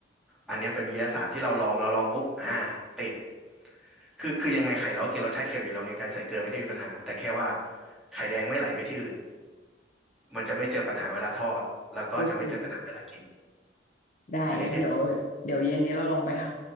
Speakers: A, in the centre; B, on the left.
A: อันเนี้ยเป็นวิทยาศาสตร์ที่เราลองเราลองปุ๊บอ่าติดคือคือยังไงไข่เราก็กินรสชาติเค็มอยู่แล้วไงการใส่เกลือไม่ได้มีปัญหาแต่แค่ว่าไข่แดงไม่ไหลไปที่อื่นมันจะไม่เจอปัญหาเวลาทอดแล้วก็จะไม่เจอปัญหาเวลากิน
B: โอเคได้งั้นเดี๋ยวเดี๋ยวเย็นนี้เราลองไปท
A: อันนี้เด็ด